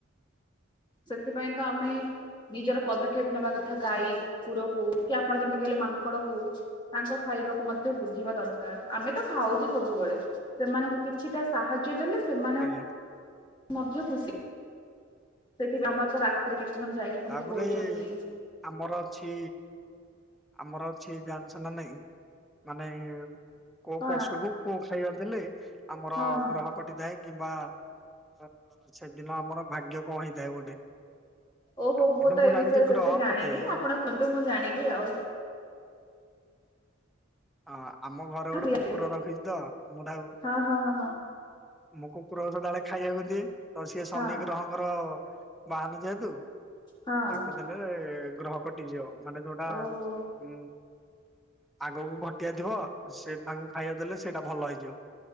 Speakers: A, on the left (about 25°); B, in the centre.
A: ସେଥିପାଇଁ ତ ଆମେ ନିଜର ପଦକ୍ଷେପ ନେବା କଥା ଗାଈ କୁକୁର ହଉ କି ଆପଣ ଯେମିତି କହିଲେ ମାଙ୍କଡ ହଉ ତାଙ୍କ ଖାଇବାକୁ ମଧ୍ୟ ବୁଝିବା ଦରକାର ଆମେ ତ ଖାଉଛେ ସବୁବେଳେ ସେମାନଙ୍କୁ କିଛିଟା ସାହାଯ୍ୟ ଦେଲେ ସେମାନେ
B: ଆଜ୍ଞା।
A: ମଧ୍ୟ ଖୁସି। ସେଇଠି ଆମର ତ ରାତିରେ କେତେ ଜଣ ଯାଇକି ସେମିତି
B: ତାପରେ
A: କରୁଛନ୍ତି
B: ଆମର ଅଛି ଆମର ଅଛି ଜାଣିଛ ନା ନାଇଁ ମାନେ କୋଉ
A: କଣ
B: ପଶୁକୁ କୋଉ ଖାଇବା ଦେଲେ ଆମର
A: ହଁ ହଁ
B: ଗ୍ରହ କଟିଥାଏ। କିମ୍ବା ଅ ସେଦିନ ଆମର ଭାଗ୍ୟ କଣ ହେଇଥାଏ ଗୋଟେ।
A: ଓହୋ
B: କିନ୍ତୁ
A: ମୁଁ ତ ଏ
B: ଜାଣିଛି
A: ବିଷୟରେ ସେତେ
B: ଗ୍ରହ
A: ଜାଣିନି
B: କଟେ ହଁ
A: ଆପଣ କୁହନ୍ତୁ ମୁଁ ଜାଣିବି ଆଉ।
B: ହଁ ଆମ ଘରେ ଗୋଟେ
A: ଦିଅନ୍ତି
B: କୁକୁର ରଖିଛି ତ ମୁଁ ତାକୁ
A: ହଁ ହଁ ହଁ
B: ମୁଁ କୁକୁର ସଦାବେଳେ ଖାଇବାକୁ ଦିଏ ତ ସିଏ ଶନି
A: ହଁ
B: ଗ୍ରହ ଙ୍କର ବାହାନ ଯେହେତୁ
A: ହଁ ହଁ
B: ତାକୁ ଦେଲେ ଗ୍ରହ କଟି ଯିବ। ମାନେ ଯୋଉଟା
A: ଓହୋ
B: ଉ ଆଗକୁ ଘଟୁ ବାଜୁ ଥିବ ସେ ତାଙ୍କୁ ଖାଇବା ଦେଲେ ସେଇଟା ଭଲ ହେଇଯିବ